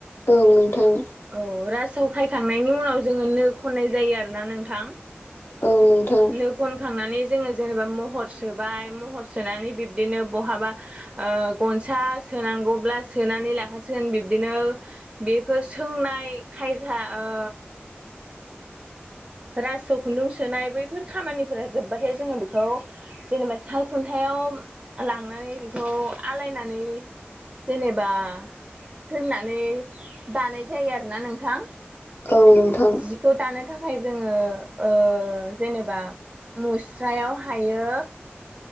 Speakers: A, on the left; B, on the right.
A: औ नोंथां।
B: औ राजावखायखांनायनि उनाव जोङो नो खननाय जायो आरोना नोंथां।
A: औ नोंथां।
B: नो खनखांनानै जोङो जेनेबा महर सोबाय महर सोनानै बिब्दिनो बहाबा ओ गनसा सोनांगौब्ला सोनानै लाखासिगोन बिब्दिनो बेफोर सोंनाय खायदा ओ रासो खुन्दुं सोनाय बैफोर खामानिफोरा जोबबाथाय जोङो बेखौ जेनेबा साल खुन्थायाव लांनानै बेखौ आलायनानै जेनेबा दोननानै दानाय जायो आरोना नोंथां।
A: औ नोंथां।
B: ज' थानो थाखाय जोङो ओ जेनेबा मुस्रायाव हायो